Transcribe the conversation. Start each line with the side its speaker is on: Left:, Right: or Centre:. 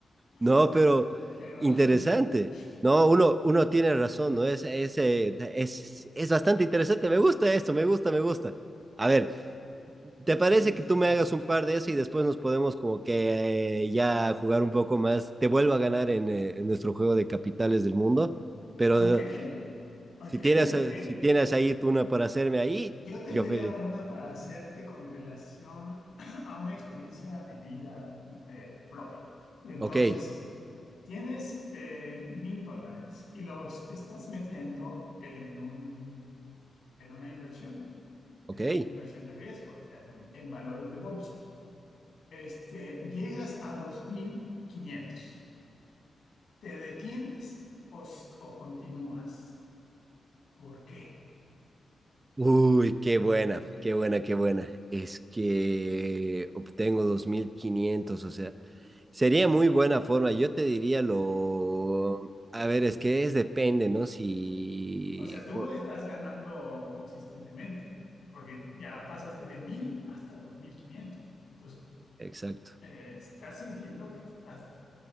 Right: No,
Left: <laughs>
Right: pero
Left: Pero.
Right: interesante.
Left: <laughs>
Right: No, uno, uno tiene razón, ¿no? Es, es, eh, es, es bastante interesante. Me gusta esto, me gusta, me gusta. A ver, ¿Te
Left: Sí,
Right: parece que
Left: sí.
Right: tú me hagas un par de eso y después nos podemos como que eh, ya jugar un poco más? Te vuelvo a ganar en, eh, en nuestro juego de capitales del mundo, pero
Left: Ok,
Right: eh,
Left: ok,
Right: si tienes,
Left: ok.
Right: eh, si tienes ahí tú una para hacerme ahí,
Left: Yo tendría
Right: yo feliz.
Left: una para hacerte con relación <clears throat> a una experiencia vivida eh, propia. Entonces.
Right: Ok,
Left: Tienes eh, mil dólares y los estás metiendo en un, en una inversión,
Right: ok.
Left: en una inversión de riesgo, o sea, en, un- en valores de bolsa. Este, llegas a dos mil quinientos, ¿Te detienes o, s- o continúas? ¿Por qué?
Right: Uy, qué buena, qué buena, qué buena. Es que obtengo dos mil quinientos. o sea, sería muy buena forma. Yo te diría lo... A ver, es que es depende, ¿no? Si...
Left: O sea, tú estás ganando consistentemente, porque ya pasaste de 1.000 hasta 2.500. Entonces,
Right: Exacto.
Left: eh, estás sintiendo que estás,